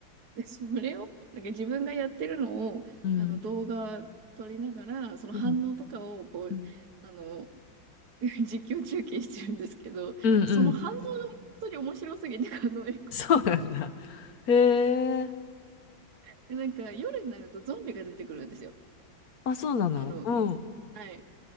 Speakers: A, on the right; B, on the left.
A: で、それを、なんか自分がやってるのを、
B: うん、
A: あの、動画撮りながら、その反応とかを、
B: うん、
A: こう、
B: うん、
A: あの、<laughs> 実況中継してるんですけど、
B: うん、
A: もうその反応が本当に面白すぎて、
B: うん
A: あの、え、こ
B: そうなんだ。へえ、
A: れで、なんか夜になるとゾンビが出てくるんですよ。
B: あ、そうなの。
A: あの、
B: うん、
A: はい。